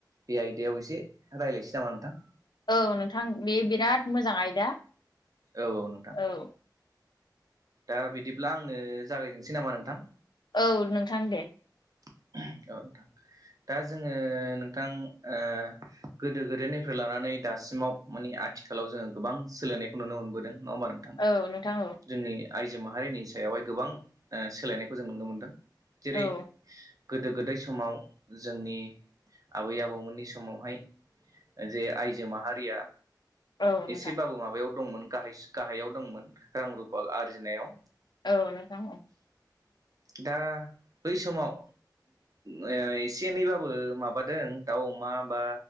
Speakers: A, on the right; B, on the left.
A: बे आयदायाव एसे रायलायसै नामा नोंथां
B: औ नोंथां बे बिराद मोजां आयदा
A: औ औ नोंथां
B: औ
A: दा बिदिब्ला आंनो जागायनोसै नामा नोंथां
B: औ नोंथां दे
A: <inaudible> औ नोंथां दा जोङो नोंथां ओ गोदो गोदायनिफ्राय लानानै दा सिमाव मानि आथिखालाव जोङो गोबां सोलायनायखौ नुनो मोनबोदों नङा होमबा नोंथां
B: औ नोंथां औ
A: जोंनि आइजो माहारिनि सायावहाय गोबां ओ सोलायनायखौ जों नुनो मोनदों जेरै
B: औ
A: गोदो गोदाय समाव जोंनि आबै आबौमोननि समावहाय जे आइजो माहारिया
B: औ नोंथां
A: एसेबाबो माबायाव दंमोन गाहाय गाहायाव दंमोन रां रुफा आरजिनायाव।
B: औ नोंथां औ
A: दा बै समाव ओ एसे एनैबाबो माबादों दाउ अमा बा